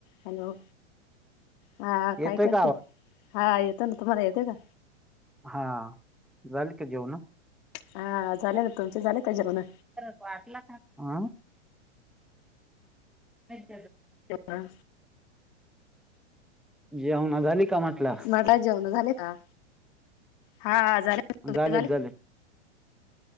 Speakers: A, on the left (about 40°); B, in the centre.
A: Hello हा
B: येतोय
A: काय करते
B: का आवाज
A: हा येतो ना तुम्हाला येते का?
B: हा झाल का जेवण
A: हा झाले ना तुमचे झाले का जेवण
B: वाटला का हा आहेच
A: ह.
B: जेवना झाली का म्हटलं
A: मला जेवण झाले का हा झाले. ना. तुमचे
B: झालेच झाले.